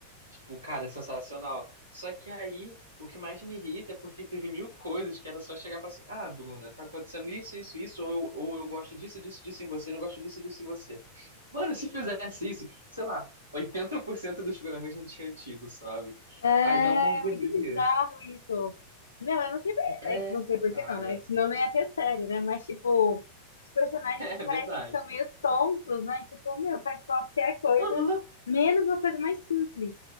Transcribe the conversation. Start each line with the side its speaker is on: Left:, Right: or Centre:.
Right: Tipo, cara, é sensacional. Só que aí, o que mais me irrita é porque teve mil coisas que era só chegar e falar assim: ah, Bruna, tá acontecendo isso, isso, isso, ou eu, ou eu gosto disso, disso, disso em você, não gosto disso, disso em você. Mano, se fizesse isso, sei lá, 80% dos problemas não tinham tido, sabe?
Left: É
Right: Aí dá uma agonia.
Left: muito bizarro isso. Meu, eu não sei,
Right: É,
Left: é, é, não sei por
Right: cara.
Left: que não, né? Senão
Right: <laughs>
Left: não ia ter série, né? Mas, tipo, os personagens eles
Right: É,
Left: parecem
Right: verdade.
Left: que são meio tontos, né? Tipo, meu, faz qualquer coisa,
Right: Aham,
Left: menos uma coisa mais simples